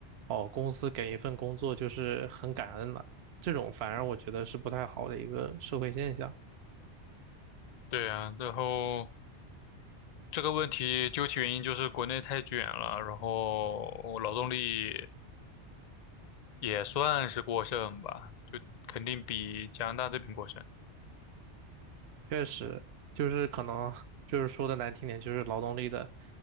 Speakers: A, on the right; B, on the left.
A: 哦，公司给一份工作就是很感恩了，这种反而我觉得是不太好的一个社会现象。
B: 对呀。然后这个问题究其原因就是国内太卷了，然后劳动力也算是过剩吧，就肯定比加拿大这边过剩。
A: 确实，就是可能就是说的难听点，就是劳动力的